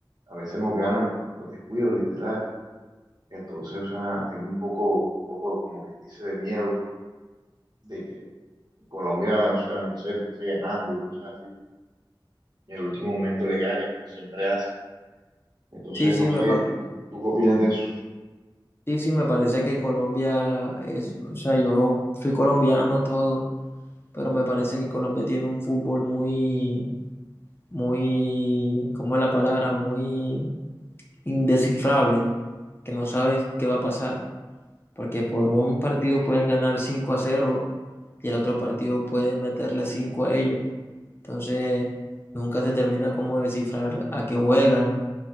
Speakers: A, on the right; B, on the left.
A: a veces nos ganan por descuido, literal. Entonces, o sea, tengo un poco, un poco como que dice de miedo de que Colombia, o sea, no sé, empiece ganando y cosas así, y en el último momento le gane, como siempre hace. Entonces,
B: Sí,
A: no
B: sí,
A: sé,
B: me, pa-
A: ¿tú, tú qué opinas de eso?
B: sí, sí, me parece que Colombia es, o sea, yo soy colombiano todo, pero me parece que Colombia tiene un fútbol muy, muy, ¿cómo es la palabra? Muy indescifrable, que no sabes qué va a pasar, porque por un partido pueden ganar 5 a cero y el otro partido puede meterle 5 a ellos. Entonces, nunca se termina como de descifrar a qué juegan,